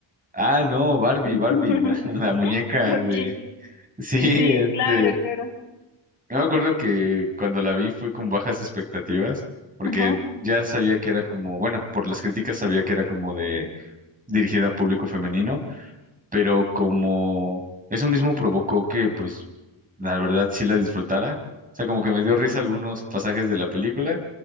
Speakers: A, on the right; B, on the left.
A: Ah, no, Barbie,
B: <laughs>
A: Barbie, la, <laughs> la muñeca
B: Ok.
A: de... Sí,
B: Sí,
A: este...
B: sí, claro, claro.
A: Yo me acuerdo que cuando la vi fui con bajas expectativas, porque
B: Ajá.
A: ya sabía que era como, bueno, por las críticas sabía que era como de dirigida a público femenino, pero como eso mismo provocó que, pues, la verdad sí la disfrutara. O sea, como que me dio risa algunos pasajes de la película